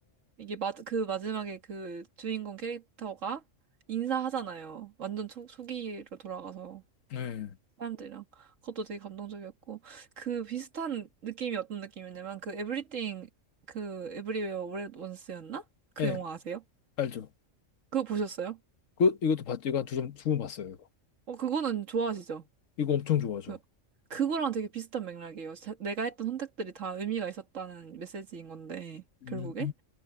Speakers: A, on the right; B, on the left.
A: 이게 마, 그 마지막에 그 주인공 캐릭터가 인사하잖아요. 완전 초, 초기로 돌아가서
B: 네,
A: 사람들이랑. 그것도 되게 감동적이었고. 그 비슷한 느낌이 어떤 느낌이었냐면 그 에브리띵 그 에브리웨어 올 원스였나? 그
B: 네
A: 영화 아세요?
B: 알죠.
A: 그거 보셨어요?
B: 그 이것도 봤죠. 이거 한 두 점, 두번 봤어요. 이거
A: 어, 그거는 좋아하시죠?
B: 이거 엄청 좋아하죠.
A: 그- 그거랑 되게 비슷한 맥락이에요. 자- 내가 했던 선택들이 다 의미가 있었다는 메시지인 건데,
B: 음,
A: 결국에.